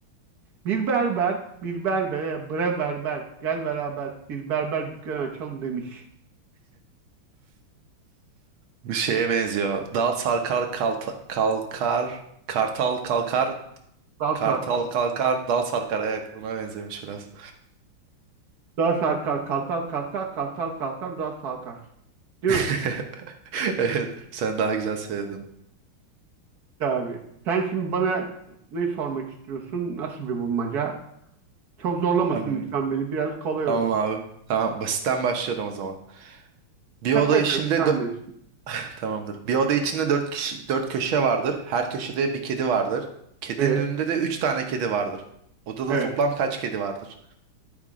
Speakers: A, on the right; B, on the right.
A: Bir berber, bir berbere, bre berber, gel beraber bir berber dükkanı açalım demiş.
B: Bir şeye benziyor. Dal sarkar kalta- kalkar, kartal kalkar,
A: Dal
B: kartal
A: sarkar.
B: kalkar, dal sarkar. Evet, buna benzemiş biraz.
A: Dal sarkar, kartal kalkar, kartal kalkar, dal sarkar. Değil
B: <laughs>
A: mi?
B: Evet, sen daha güzel söyledin.
A: Tabii. Sen şimdi bana ne sormak istiyorsun? Nasıl bir bulmaca? Çok zorlamasın
B: Am-
A: lütfen beni. Biraz kolay
B: Tamam
A: olsun.
B: abi. Tamam, basitten başlıyorum o zaman. Bir
A: Şaka
B: oda
A: yapıyorum.
B: işinde
A: Sen bilirsin.
B: Tamamdır. Bir oda içinde dört kişi, dört köşe vardır. Her köşede bir kedi vardır. Kedinin
A: Evet.
B: önünde de üç tane kedi vardır. Odada
A: Evet.
B: toplam kaç kedi vardır?